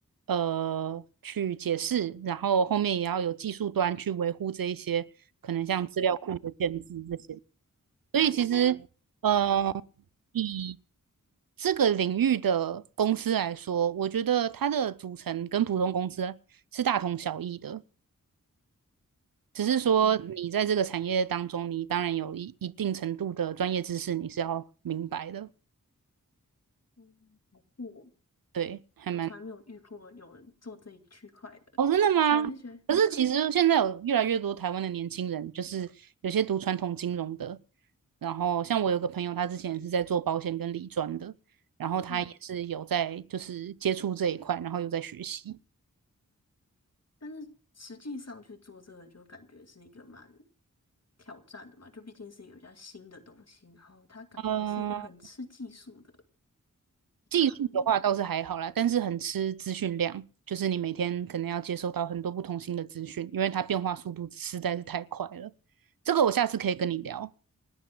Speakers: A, on the right (about 85°); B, on the left (about 50°).
A: 呃去解释，然后后面也要有技术端去维护这一些可能像资料库的建制这些，所以其实呃以这个领域的公司来说，我觉得它的组成跟普通公司是大同小异的，只是说嗯你在这个产业当中，
B: 嗯，
A: 你当然有一一定程度的专业知识，你是要明白的。
B: 嗯，好酷哦！
A: 对，还蛮……
B: 我从来没有遇过有人做这一区块的，
A: 哦，真的吗？
B: 所以我就觉得对啊，
A: 可是其实现在有越来越多台湾的年轻人，就是有些读传统金融的，然后像我有个朋友，他之前是在做保险跟理专的，然后他也是有在就是接触这一块，
B: 嗯，
A: 然后有在学习。
B: 但是实际上去做这个就感觉是一个蛮挑战的嘛，就毕竟是一家新的东西，然后它感觉是一个很吃技术的
A: 嗯。
B: 一个行业。
A: 技术的话倒是还好啦，但是很吃资讯量，就是你每天可能要接收到很多不同新的资讯，因为它变化速度实在是太快了。这个我下次可以跟你聊，